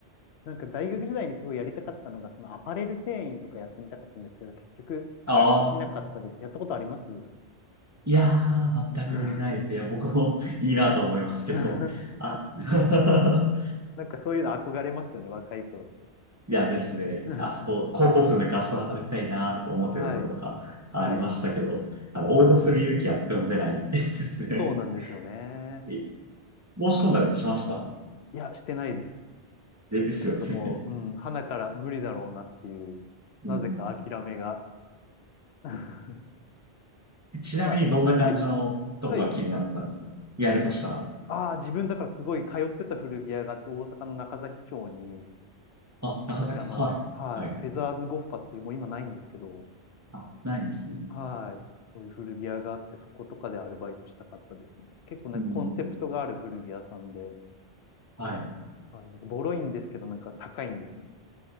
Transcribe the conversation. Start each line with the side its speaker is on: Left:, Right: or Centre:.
Left: なんか大学時代にすごいやりたかったのが、そのアパレル店員とかやってみたかったんですけど、結局できなかったですね。
Right: ああ、
Left: やったことあります
Right: いやー、全くないですね。
Left: うん
Right: いや、僕も <laughs> いいなと思いますけど。
Left: <laughs>
Right: あ、<laughs>
Left: なんかそういうの憧れますよね、若い頃って。
Right: いやですね、
Left: <laughs>
Right: あそこ、高校生の時あそこで働きたいなとか思ってたとことかありましたけど、
Left: はい。はい。う
Right: あの、
Left: ーん。
Right: 応募する勇気はとても出ない <laughs> ですね。
Left: そうなんですよね。
Right: <laughs> え申し込んだりしました。
Left: いや、してないです。
Right: で、ですよね。
Left: なんかもう、うん、花から無理だろうなっていう、
Right: <laughs>
Left: なぜか諦めが。
Right: うん。
Left: <laughs>
Right: ちなみにどんな感じのとこが気になってたんですかやるとしたら。
Left: まあ、はい、はい。ああ、自分だからすごい通ってた古着屋があって、大阪の中崎町に、
Right: あ、長崎、
Left: 昔あの、
Right: はい。
Left: はい、
Right: はい。
Left: フェザーズゴッファっていう、もう今ないんですけど、
Right: あ、ないんですね。
Left: はい、そういう古着屋があって、そことかでアルバイトしたかったですね。結構なんかコンセプトがある古着屋さんで、
Right: うん。はい。
Left: はい、なんかボロいんですけど、なんか高いんですよね。